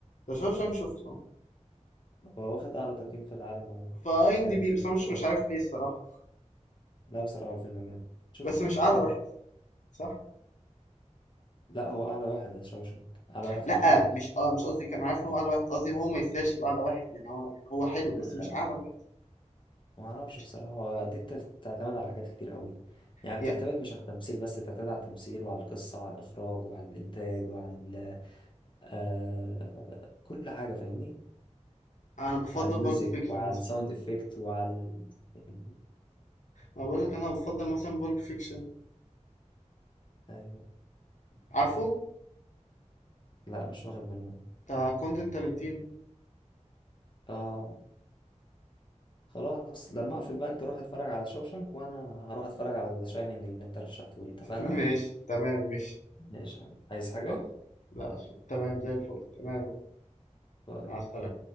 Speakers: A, on the left; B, on the left.
A: ذا شاينينج شفته اه
B: هو واخد اعلى تقييم في العالم عموما
A: فاي ام
B: ك
A: دي
B: ك
A: بي بس انا مش
B: كأوفر
A: مش عارف ليه الصراحه
B: لا بصراحة هو الفيلم جامد شفت
A: بس
B: فيلم
A: مش اعلى واحد صح
B: لا هو اعلى واحد ذا شاوشنك اعلى واحد في
A: لا
B: التاريخ
A: مش اه مش قصدي كان عارف ان هو اعلى واحد قصدي هو ما يسيرش باعلى واحد يعني هو يعني هو حلو بس
B: آه،
A: مش اعلى واحد
B: ما اعرفش
A: مش
B: بصراحة هو دي بت- بتعتمد على حاجات كتير قوي يعني
A: يعني
B: بتعتمد مش على التمثيل بس بتعتمد على التمثيل وعلى القصة وعلى الإخراج وعلى الإنتاج وعلى آه كل حاجة فاهمني
A: انا بفضل
B: على الميوزك
A: بالب فيكشن
B: وعلى
A: مثلا
B: الساوند افكت وعلى ال- يعني
A: انا بقول لك انا بفضل مثلا بالب فيكشن
B: ايوه
A: عارفه
B: لا مش واخد بالي منه
A: بتاع كوينتين تارانتينو
B: اه خلاص لما اقفل بقى انت روح اتفرج على شوشنك وانا هروح اتفرج على ذا شاينينج اللي انت رشحته لي اتفقنا
A: <laughs> ماشي تمام ماشي
B: ماشي عايز حاجة
A: خلاص لا تمام زي الفل تمام
B: باي
A: مع السلامة